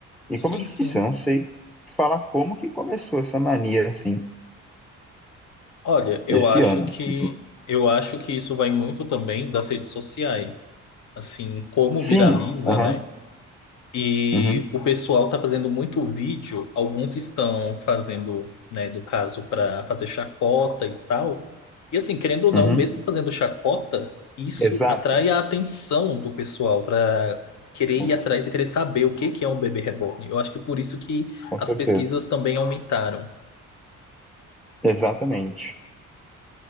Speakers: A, in the centre; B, on the left.
A: E
B: Sim,
A: como eu te
B: sim.
A: disse, eu não sei falar como que começou essa mania assim
B: Olha, eu
A: esse
B: acho
A: ano.
B: que
A: Esquisito.
B: eu acho que isso vai muito também das redes sociais. Assim, como
A: Sim,
B: viraliza,
A: aham,
B: né? E
A: uhum,
B: o pessoal está fazendo muito vídeo, alguns estão fazendo, né, no caso, para fazer chacota e tal. E assim, querendo ou não,
A: uhum,
B: mesmo fazendo chacota, isso
A: exato,
B: atrai a atenção do pessoal para querer
A: com,
B: ir atrás e querer saber o que que é um bebê reborn. Eu acho que por isso que
A: com
B: as
A: certeza,
B: pesquisas também aumentaram.
A: exatamente.